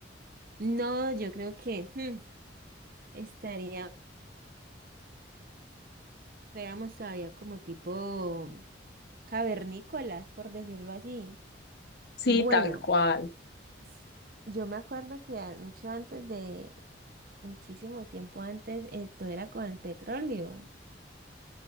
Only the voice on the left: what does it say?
Sí,
tal cual.